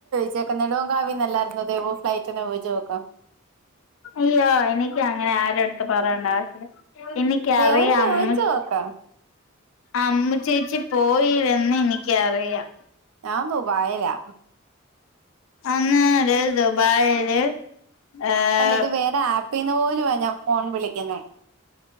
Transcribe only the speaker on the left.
അയ്യോ എനിക്ക് അങ്ങനെ ആരടുത്ത് പറയണ്ട ആവശ്യം എനി ക്കറിയാം
അമ്മു
അമ്മു ചേച്ചി പോയില്ലെന്ന് എനിക്കറിയാം
അന്നാല് ദുബായില് ഏഹ്